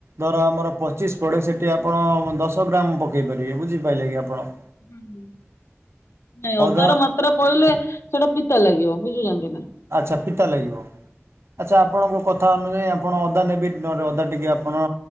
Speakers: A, on the right; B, on the left.
A: ଧର ଆମର ପଚିଶ ପଡ଼େ ସେଠି ଆପଣ ଦଶ ଗ୍ରାମ ପକାଇ ପାରିବେ ବୁଝିପାରିଲେ କି ଆପଣ।
B: ହୁଁ ହୁଁ ନାଇଁ ଅଦାର
A: ଅଦା
B: ମାପ ମାତ୍ର ପଇଲେ ସେଇଟା ପିତା ଲାଗିବ ବୁଝୁଚନ୍ତି ନା।
A: ଆଚ୍ଛା ପିତା ଲାଗିବ ଆଚ୍ଛା ଆପଣଙ୍କ କଥା କଥା ଅନୁଯାୟୀ ଆପଣ ଅଦା ନେବେ ନ ଅଦା ଟିକେ ଆପଣ